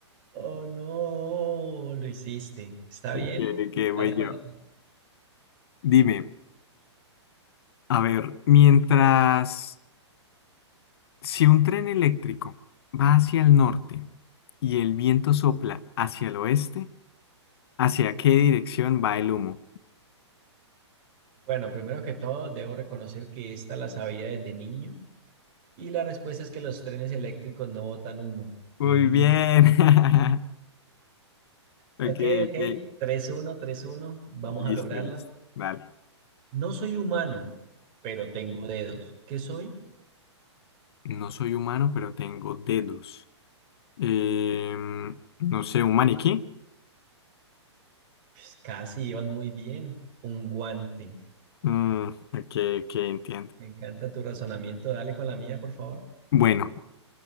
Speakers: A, on the right; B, on the left.
A: Oh, no, lo hiciste. ¿Está
B: Ok,
A: bien?
B: ok,
A: Dale
B: voy
A: con
B: yo.
A: la tuya.
B: Dime, a ver, mientras... Si un tren eléctrico va hacia el norte y el viento sopla hacia el oeste, ¿hacia qué dirección va el humo?
A: Bueno, primero que todo, debo reconocer que esta la sabía desde niño. Y la respuesta es que los trenes eléctricos no botan humo.
B: Muy
A: Y...
B: bien. <laughs>
A: Ok,
B: Ok,
A: ok.
B: ok.
A: tres uno tres uno Vamos
B: Listo,
A: a lograrlo.
B: listo. Vale.
A: No soy humano, pero tengo dedos. ¿Qué soy?
B: No soy humano, pero tengo dedos. Em, no sé, un maniquí.
A: Pues casi ibas muy bien. Un guante.
B: Mm, ok, ok, entiendo.
A: Me encanta tu razonamiento. Dale con la mía, por favor.
B: Bueno,